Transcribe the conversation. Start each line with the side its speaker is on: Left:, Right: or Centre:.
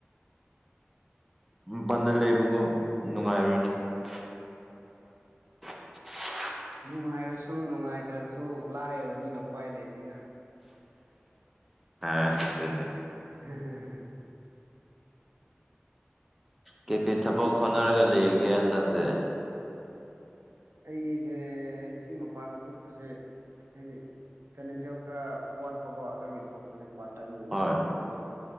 Centre: ꯎ ꯟꯗ ꯂꯩꯕꯒꯨꯝ ꯅꯨꯡꯉꯥꯏꯔꯨꯅꯦ <unintelligible>
Right: ꯅꯨꯡꯉꯥꯏꯔꯁꯨ ꯅꯨꯡꯉꯥꯏꯇ꯭ꯔꯁꯨ ꯂꯥꯏꯔꯕꯅꯤꯅ ꯎꯄꯥꯏ ꯂꯩꯇꯅ
Centre: ꯑ ꯑꯗꯨꯗꯟꯅꯦ
Right: <unintelligible> <inaudible>
Centre: ꯀꯩ ꯀꯩ ꯊꯕꯛ ꯍꯣꯠꯅꯔꯒ
Right: ꯎꯄꯥꯏ ꯂꯩꯇꯦ
Centre: ꯂꯩꯔꯤꯒꯦ ꯍꯟꯗꯛꯇꯤ
Right: ꯑꯩꯁꯦ ꯁꯤ ꯃꯄꯥꯟꯗ ꯊꯣꯛꯄꯁꯦ ꯍꯥꯏꯗꯤ ꯐꯥꯏꯅꯥꯟꯁꯤꯌꯦꯜ ꯈꯔ ꯋꯥꯠꯄꯀꯣ ꯑꯗꯨꯒꯤ ꯊꯣꯛꯄꯅꯦ ꯄꯥꯔꯠ ꯇꯥꯏꯝ ꯑꯣꯏꯅ
Centre: ꯍꯣꯏ
Right: ꯇꯧꯒꯦ ꯑꯗꯨꯒ